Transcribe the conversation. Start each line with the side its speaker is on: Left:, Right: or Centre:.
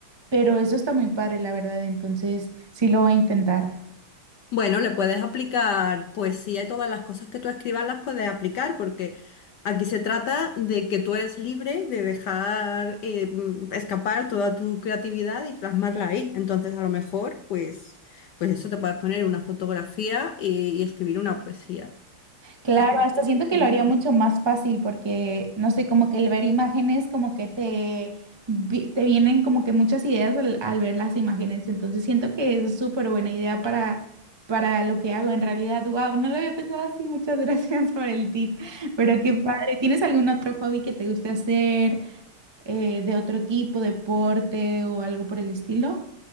Right: Pero eso está muy padre, la verdad, entonces sí lo voy a intentar.
Left: Bueno, le puedes aplicar poesía y todas las cosas que tú escribas las puedes aplicar porque aquí se trata de que tú eres libre de dejar eh, mm, escapar toda tu creatividad y plasmarla ahí. Entonces, a lo mejor, pues, pues eso te puedes poner una fotografía y, y escribir una poesía,
Right: Claro,
Left: por ejemplo.
Right: Sí. hasta siento que
Left: <laughs>
Right: lo haría mucho más fácil porque, no sé, como que el ver imágenes, como que te, vi- te vienen como que muchas ideas al, al ver las imágenes, entonces siento que es súper buena idea para, para lo que hago en realidad. Wow, no lo había pensado así, muchas <laughs> gracias por el tip, pero qué padre. ¿Tienes algún otro hobby que te guste hacer eh, de otro tipo, deporte o algo por el estilo?